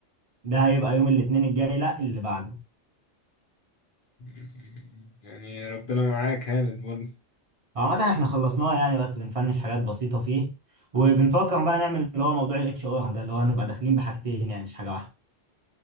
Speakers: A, on the right (about 60°); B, on the left (about 55°).
A: ده هيبقى يوم الاثنين الجاي لا اللي بعده
B: مم. يعني ربنا معاك هاند برضه
A: عامة احنا خلصناه يعني بس بنفنش حاجات بسيطة فيه وبنفكر بقى نعمل اللي هو موضوع الاتش ار ده اللي هو نبقى داخلين بحاجتين يعني مش حاجة واحدة